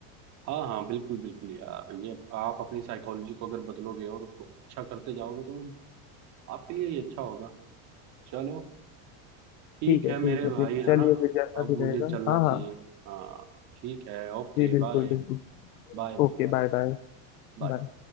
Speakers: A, on the right (about 40°); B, on the left (about 80°).
A: हाँ हाँ बिल्कुल बिल्कुल यार ये आप अपनी साइकोलॉजी को अगर बदलोगे और उसको अच्छा करते जाओगे तो वो आपके लिए ही अच्छा होगा चलो ठीक
B: ठीक है
A: है
B: ठीक
A: मेरे
B: है
A: भाई
B: फिर
A: है
B: चलिए
A: ना
B: फिर जैसा
A: अब
B: भी
A: मुझे
B: रहेगा
A: चलना
B: हाँ
A: चाहिए
B: हाँ
A: हाँ ठीक है okay
B: जी बिल्कुल
A: bye
B: बिल्कुल
A: Bye
B: Okay
A: bye
B: bye bye
A: Bye
B: bye